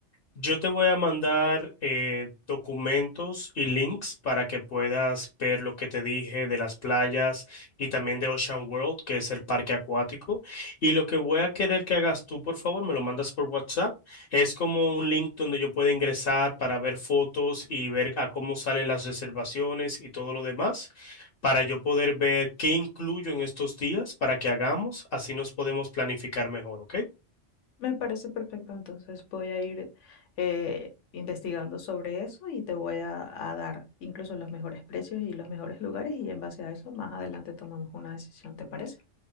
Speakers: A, on the left; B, on the left.
A: Yo te voy a mandar eh, documentos y links para que puedas ver lo que te dije de las playas y también de Ocean World, que es el parque acuático. Y lo que voy a querer que hagas tú, por favor, me lo mandas por WhatsApp. Es como un link donde yo pueda ingresar para ver fotos y ver a cómo salen las reservaciones y todo lo demás, para yo poder ver qué incluyo en estos días para que hagamos, así nos podemos planificar mejor, ¿ok?
B: Me parece perfecto, entonces voy a ir eh, investigando sobre eso y te voy a, a dar incluso los mejores precios y los mejores lugares y en base a eso más adelante tomamos una decisión, ¿te parece?